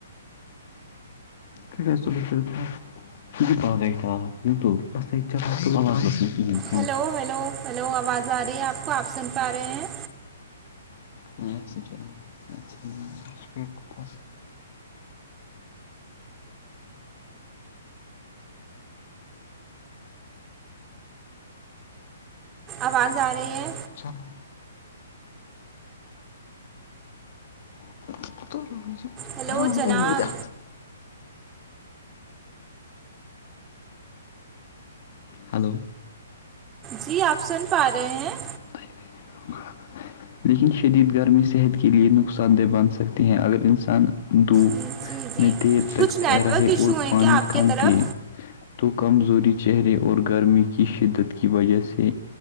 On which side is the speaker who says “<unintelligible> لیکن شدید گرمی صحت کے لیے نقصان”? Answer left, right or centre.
Left